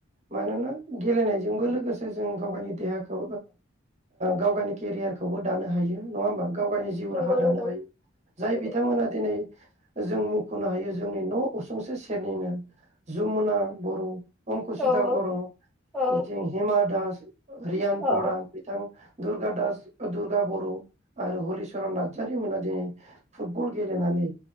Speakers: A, on the right; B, in the centre.
A: मानोना गेलेनायजोंबो लोगोसे जों गाव गावनि देहाखौ गाव गावनि केरियारखौबो दानो हायो नङा होमबा गाव गावनि जिउ
B: नंगौ
A: राहा दानो
B: नंगौ
A: हायो
B: नंगौ
A: जाय बिथांमोना दिनै जों मखनो हायो जोंनि न उसुंसे सेरनिनो जमुना बर अंकुसिता
B: औ
A: बर
B: औ
A: बिथिं हिमा दास रियान
B: औ
A: परा बिथां दुर्गा दास दुर्गा बर आरो हलिचरन नार्जारि मोना दिनै फुटबल गेलेनानै